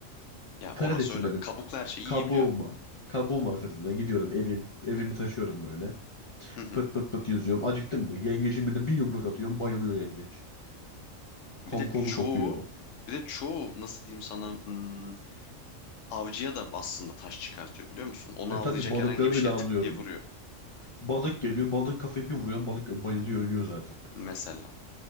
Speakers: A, on the left; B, on the left.
A: Ya
B: Karidesin
A: orası öyle.
B: böyle.
A: Kabuklu her şeyi
B: Kabuğum
A: yiyebiliyorsun.
B: var. Kabuğum var sırtımda. Gidiyorum evim. Evimi taşıyorum böyle.
A: Hı hı.
B: Pıt pıt pıt yüzüyorum. Acıktın mı? Yengeçin birine bir yumruk atıyorum. Bayılıyor yengeç.
A: Bir
B: Kabuk
A: de
B: kolu
A: çoğu
B: kopuyor.
A: bir de çoğu nasıl diyeyim sana hmm, avcıya da aslında taş çıkartıyor biliyor musun? Onu
B: E
A: avlayacak
B: tabi balıkları
A: herhangi bir
B: bile
A: şeye
B: avlıyorum
A: tık diye vuruyor
B: Balık geliyor. Balığın kafayı bir vuruyor. Balık bayılıyor ölüyor zaten.
A: mesela.